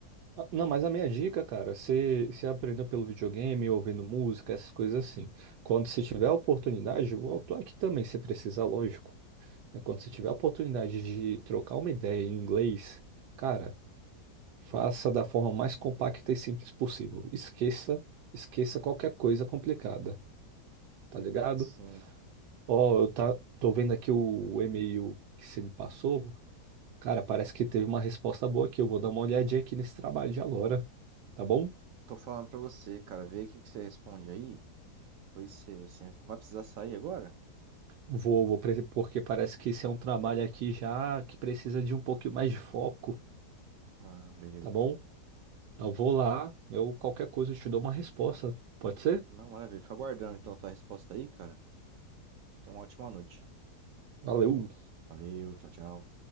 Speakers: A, on the right; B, on the right.
A: Não, mas a minha dica, cara, você, você aprendeu pelo videogame, ouvindo música, essas coisas assim. Quando você tiver a oportunidade, eu tô aqui também, se precisar, lógico. É quando você tiver a oportunidade de trocar uma ideia em inglês, cara, faça da forma mais compacta e simples possível. Esqueça, esqueça qualquer coisa complicada, tá ligado?
B: Sim.
A: Ó, eu tá, tô vendo aqui o e-mail que você me passou. Cara, parece que teve uma resposta boa aqui. Eu vou dar uma olhadinha aqui nesse trabalho de agora, tá bom?
B: Tô falando pra você, cara, vê o que que você responde aí. Pois você, você vai precisar sair agora?
A: Vou, vou, pre- porque parece que esse é um trabalho aqui já que precisa de um pouquinho mais de foco,
B: Ah, beleza,
A: tá
B: então.
A: bom? Eu vou lá, eu qualquer coisa eu te dou uma resposta. Pode ser?
B: Não, maravilha. Fica aguardando, então, a tua resposta aí, cara. Tenha uma ótima noite.
A: Valeu.
B: Valeu, tchau, tchau.